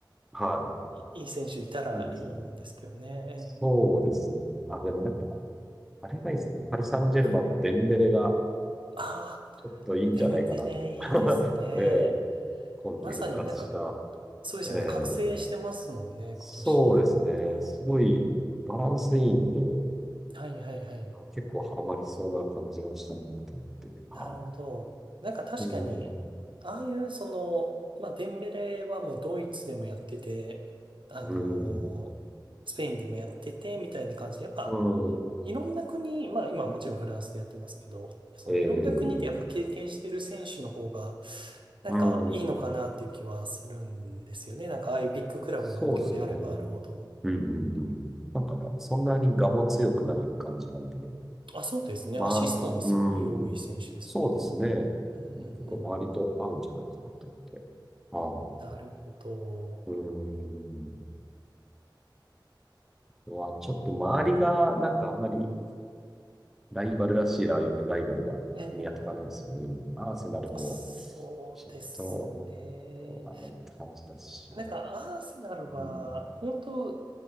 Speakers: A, in the centre; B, on the right.
A: は
B: いいい選手いたらいいんですけどね。
A: い、いいですね。そうですね。あ、でもやっぱ、あれがいいですね。パリ・サンジェルマンのデンベレが、
B: ええはい。ああ、
A: ちょっといいんじゃないかなと。
B: デンベレいいですね。
A: <laughs> ええ今季復活した、
B: まさになんか、そうですよね。
A: えー
B: 覚醒してますもんね、
A: そうですね、
B: 今年。うんうん。
A: すごいバランスいいんで、
B: はいはいはい。
A: あ結構ハマりそうな感じがしたなと思って、は
B: なるほど。なんか確かに、
A: い。うん、
B: ああいうその、まあ、デンベレはもうドイツでもやってて、あのースペインでもやってて、
A: うん、
B: みたいな感じで、やっぱ、
A: うん、
B: いろんな国、まあ今もちろんフランスでやってますけど、そのいろんな国でやっぱ経験してる選手の方が、
A: えー、
B: なんかいいのかなっていう気はするんですよね。
A: うん、
B: なんかああいうビッグクラブの補強であればあるほど。
A: そうですね。うん、うん、うん。なんかね、そんなに我も強くない感じなんで、
B: あ、そうですね。
A: まあ、
B: アシストもすごい多い選手ですもんね。
A: うん、そうですね。
B: うんうんうん。
A: でも結構周りと合うんじゃないかなと思って。は
B: なるほど。
A: い。うん。は、ちょっと周りが、なんかあんまりライバルらしいライ、ライバルが見当たらないんですよね、
B: ええ
A: 今。アーセナルも、
B: そうですね。
A: ちょっと、どうなのって感じだし。
B: なんか、アーセナルは、
A: うん。
B: 本当